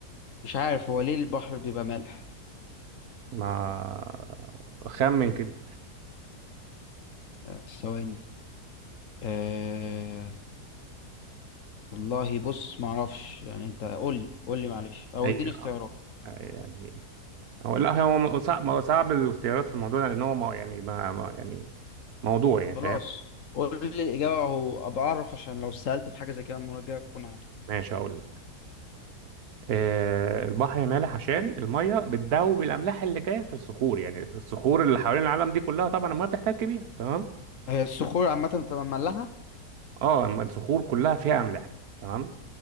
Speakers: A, on the left; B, on the right.
A: مش عارف هو ليه البحر بيبقى مالح
B: ما خمن كده
A: آه، ثواني أه... والله بص معرفش يعني انت قول لي قول لي معلش او
B: هي
A: اديني اختيارات
B: آه، يعني هو لا هو صعب هو صعب الاختيارات في الموضوع ده لأن هو مو- يعني ما ما- يعني موضوع يعني
A: خلاص
B: فاهم؟
A: قول لي الإجابة أهو أبقى أعرف عشان لو سألت في حاجة زي كده المرة الجاية أكون عارف
B: ماشي أقول آه، البحر مالح عشان الميه بتذوب الاملاح اللي جايه في الصخور يعني الصخور اللي حوالين العالم دي كلها طبعا الميه بتحتك بيها تمام
A: هي الصخور عامة بتبقى مملحة؟
B: اه الم- الصخور كلها فيها املاح تمام